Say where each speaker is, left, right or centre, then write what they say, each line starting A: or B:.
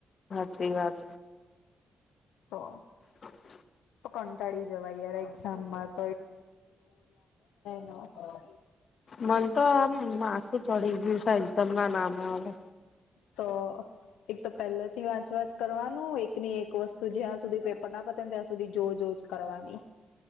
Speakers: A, on the left; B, on the left.
A: સ વાત.
B: તો.
A: હ.
B: કંટાળી જવાય યાર એક્ઝામમાં હ હા.
A: મન તો. હમ માસું પડી ગયું છે એકદમ ના નામ આવે.
B: તો. એક તો પહેલાથી વાંચ વાંચ કરવાનું એકની એક વસ્તુ જ્યાં સુધી પેપર ના પતાને ત્યાં સુધી જો જોજ કરવાની.